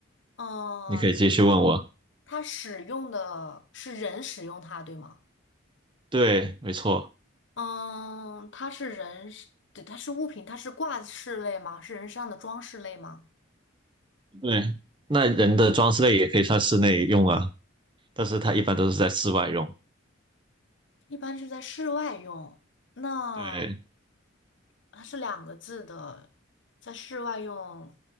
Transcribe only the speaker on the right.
你可以继续问我。
对，没错，
对，那人的装饰类也可以算室内用啊，但是它一般都是在室外用。
对，